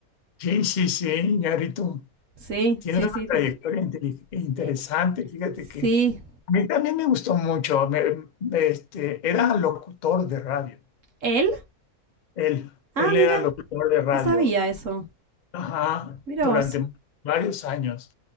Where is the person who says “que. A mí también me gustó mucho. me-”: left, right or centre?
Left